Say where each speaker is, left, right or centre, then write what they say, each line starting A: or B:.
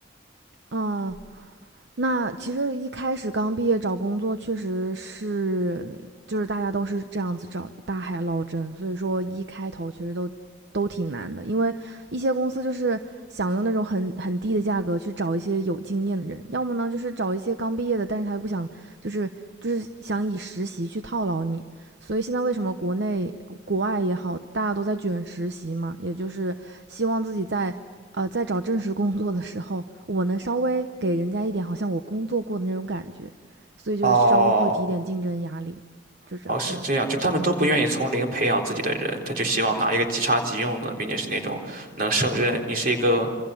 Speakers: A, on the right; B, on the right.
A: 嗯。那其实一开始刚毕业找工作，确实是就是大家都是这样子找，大海捞针，所以说一开头其实都都挺难的，因为一些公司就是想用那种很很低的价格去找一些有经验的人，要么呢就是找一些刚毕业的，但是他又不想就是就是想以实习去套牢你，所以现在为什么国内国外也好，大家都在卷实习嘛，也就是希望自己在呃在找正式工作的时候，我能稍微给人家一点好像我工作过的那种感觉，所以就稍微会提点竞争压力，
B: 哦，
A: 就这样这样。
B: 哦，是这样，就他们都不愿意从零培养自己的人，他就希望拿一个即插即用的，并且是那种能胜任。你是一个